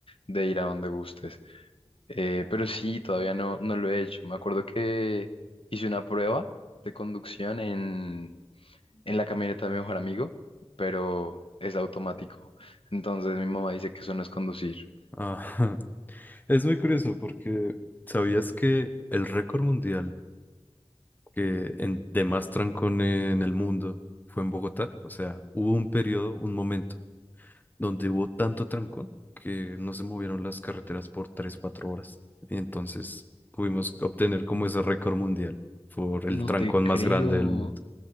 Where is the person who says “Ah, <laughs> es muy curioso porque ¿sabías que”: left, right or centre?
Left